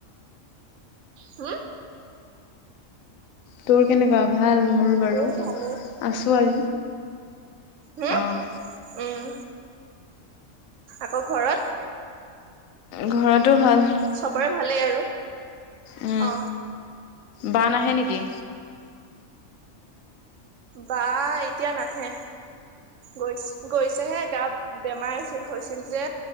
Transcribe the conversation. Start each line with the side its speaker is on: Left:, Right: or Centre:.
Right: হা
Left: তোৰ কেনেুৱ ভাল মোৰ বাৰু
Right: মোৰো ভালে
Left: আছো আি
Right: হম
Left: আহ
Right: উম আকৌ ঘৰত
Left: ঘৰতো ভাল
Right: চবৰে ভালেই আৰু
Left: উম
Right: অ
Left: বাহে নেকি
Right: বা এতিয়া নাহে গৈ গৈছেহে গা বেমাৰ হৈছিল যে